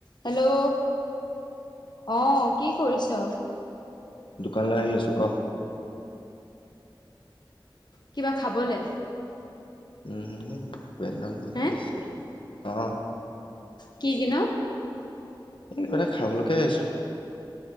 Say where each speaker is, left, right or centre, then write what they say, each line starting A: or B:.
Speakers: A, on the left; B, on the left.
A: Hello অ কি কৰিছ
B: দোকানলে আহি আছো ক
A: কিবা খাবলে
B: উম ভূপেনডাল বহি
A: হে
B: আছে অ
A: কি কিন
B: এইকিবা এটা খাবলেকে আহিছো